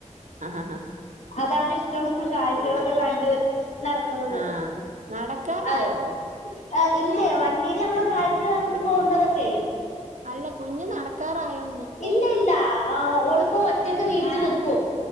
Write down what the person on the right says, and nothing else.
ആഹ്
ആഹ് നടക്കാറായോ
അല്ല കുഞ്ഞ് നടക്കാറായോ